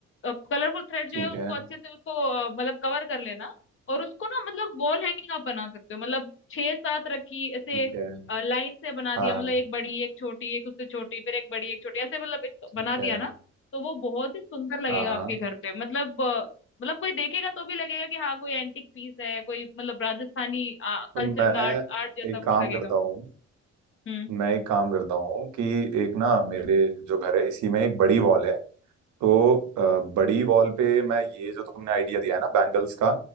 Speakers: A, on the left (about 45°); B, on the right (about 70°).
A: कलरफुल थ्रेड
B: ठीक
A: जो है उसको
B: है
A: अच्छे से उसको अ, मतलब कवर कर लेना और उसको ना मतलब वॉल हैंगिंग आप बना सकते हो मतलब छह सात रखी ऐसे
B: ठीक है
A: लाइन से बना दिया
B: हाँ हाँ
A: मतलब एक बड़ी एक छोटी एक उससे छोटी फिर एक बड़ी एक छोटी ऐसे मतलब एक
B: ठीक
A: बना दिया
B: है
A: ना तो वो बहुत ही सुंदर लगेगा
B: हाँ हाँ
A: आपके घर पे मतलब मतलब कोई देखेगा तो भी लगेगा कि हाँ कोई एंटिक पीस है कोई मतलब राजस्थानी कल्चर
B: तो मैं
A: मतलब आर्ट आर्ट जैसा
B: एक
A: कुछ
B: काम
A: लगेगा
B: करता हूँ
A: हम्म
B: मैं एक काम करता हूँ कि एक ना मेरे जो घर है इसी में एक बड़ी वॉल है तो अ, बड़ी बॉल पे मैं ये जो तुमने आइडिया दिया है ना बैंगल्स का